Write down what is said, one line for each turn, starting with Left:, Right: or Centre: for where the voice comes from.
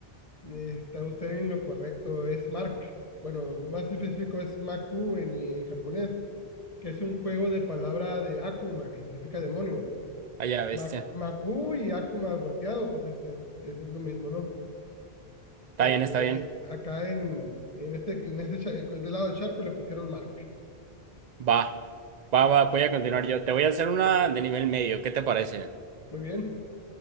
Left: Eh, Está usted en lo correcto, es Mark. Bueno, más específico es Maku en en japonés. que es un juego de palabra de Akuma, que significa demonio.
Right: Vaya bestia.
Left: Ma- Maku y Akuma volteado, pues es, es- es lo mismo, ¿no?
Right: Está
Left: Pero
Right: bien,
Left: sí,
Right: está
Left: eh,
Right: bien.
Left: acá en, en este, en este cha- eh, del lado del charco le pusieron Mark.
Right: Va. Va, va, voy a continuar yo. Te voy a hacer una de nivel medio. ¿Qué te parece?
Left: Muy bien.